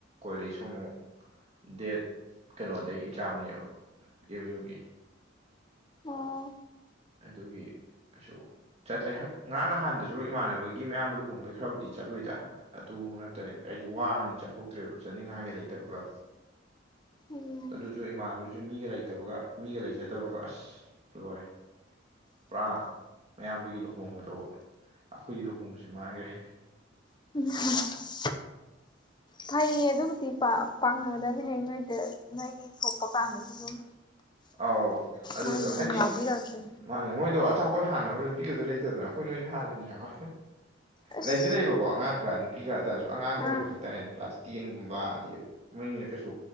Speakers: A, on the right; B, on the left.
A: ꯀꯣꯂꯦꯖꯁꯨ ꯑꯃꯨꯛ ꯗꯦꯠ ꯀꯩꯅꯣꯗꯩ ꯑꯦꯛꯖꯥꯝꯅꯦꯕ ꯑꯦꯝ ꯌꯨꯒꯤ
B: ꯑꯣ
A: ꯑꯗꯨꯒꯤ ꯑꯗꯨ ꯆꯠꯇ꯭ꯔꯦ ꯉꯔꯥꯡ ꯅꯍꯥꯟꯗꯁꯨ ꯏꯃꯥꯟꯅꯕꯒꯤ ꯃꯌꯥꯝꯕ ꯂꯨꯍꯣꯡꯕꯩ ꯈꯔꯕꯨꯗꯤ ꯆꯠꯂꯨꯏꯗ ꯑꯗꯨ ꯅꯠꯇ꯭ꯔꯦ ꯑꯩꯖꯨ ꯋꯥꯕꯅꯤ ꯆꯠꯊꯣꯛꯇ꯭ꯔꯦꯕ ꯆꯠꯅꯤꯡꯉꯥꯏꯒ ꯂꯩꯇꯕꯒ
B: ꯎꯝ
A: ꯑꯗꯨꯁꯨ ꯏꯃꯥꯟꯅꯕꯗꯨꯁꯨ ꯃꯤꯒ ꯂꯩꯇꯕꯒ ꯃꯤꯒ ꯂꯩꯖꯗꯕꯒ ꯑꯁ ꯂꯣꯏꯔꯦ ꯄꯨꯔꯥ ꯃꯌꯥꯝꯕꯒꯤ ꯂꯨꯍꯣꯡꯕꯗꯣ ꯑꯩꯈꯣꯏꯒꯤ ꯂꯨꯍꯣꯡꯕꯁꯤ ꯃꯉꯥꯏꯒ꯭ꯔꯦ
B: <unintelligible> ꯐꯩꯌꯦ ꯑꯗꯨꯕꯨꯗꯤ ꯄꯥ ꯄꯥꯡꯅꯒꯗꯕꯅꯦ ꯍꯌꯦꯡ ꯅꯣꯏꯗ ꯅꯣꯏꯒꯤ ꯊꯣꯛꯄ ꯀꯥꯟꯗꯁꯨ ꯑꯗꯨꯝ
A: ꯑꯧ ꯑꯗꯨꯗꯣ
B: ꯅꯣꯏꯁꯨ ꯑꯗꯨꯝ
A: ꯍꯥꯏꯗꯤ
B: ꯌꯥꯎꯕꯤꯔꯛꯇꯦ
A: ꯃꯥꯅꯦ ꯃꯣꯏꯗꯣ ꯑꯆꯥꯄꯣꯠ ꯍꯥꯟꯅꯕ ꯅꯨꯄꯤꯒꯗꯣ ꯂꯩꯇꯗꯅ ꯑꯩꯈꯣꯏꯅ ꯑꯣꯏꯅ ꯍꯥꯜꯂꯤꯅꯦ ꯍꯥꯏꯕ
B: ꯑꯁ
A: ꯂꯩꯗꯤ ꯂꯩꯕꯀꯣ ꯑꯉꯥꯡ ꯈꯔ ꯅꯨꯄꯤ ꯈꯔ <unintelligible> ꯇꯥꯔꯁꯨ ꯑꯉꯥꯡ ꯑꯣꯏꯕ
B: ꯑꯥ
A: ꯍꯥꯏꯇꯥꯔꯦꯅꯦ ꯀ꯭ꯂꯥꯁ ꯇꯦꯟꯒꯨꯝꯕ ꯑꯗꯩ ꯃꯣꯏꯅꯤꯅ ꯀꯩꯁꯨ